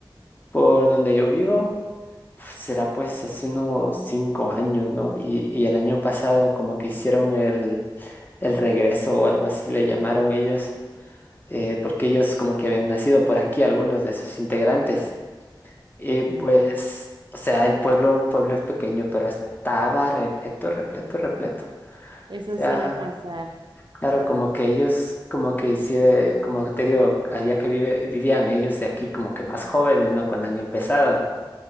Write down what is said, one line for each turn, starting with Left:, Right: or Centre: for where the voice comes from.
Left: por donde yo vivo, uf, será pues hace unos cinco años, ¿no? Y, y el año pasado como que hicieron el, el regreso o algo así le llamaron ellos, eh, porque ellos como que habían nacido por aquí, algunos de sus integrantes. Y pues,
Right: sí.
Left: o sea, el pueblo, pueblo es pequeño, pero estaba repleto, repleto, repleto.
Right: Eso
Left: O sea,
Right: suele pasar.
Left: claro, como que ellos, como que hicieron, como te digo, allá que vive, vivían ellos de aquí como que más jóvenes, ¿no? Cuando han empezado.